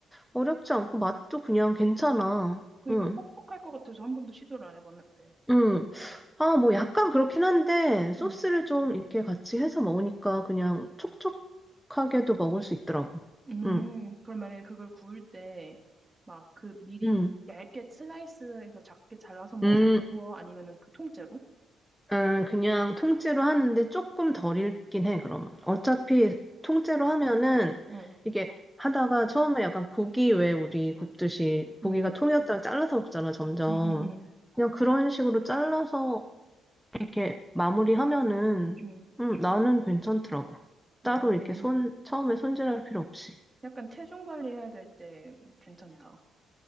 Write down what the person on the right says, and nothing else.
그러니까
퍽퍽할 것 같아서 한 번도 시도를 안 해봤는데.
응.
음,
그럼 만약에 그걸 구울 때, 막 그 미리
얇게 슬라이스해서 작게 잘라서 먹고,
아니면은 그 통째로?
응,
응,
응, 응, 응,
응.
오,
약간 체중 관리해야 될 때 괜찮다.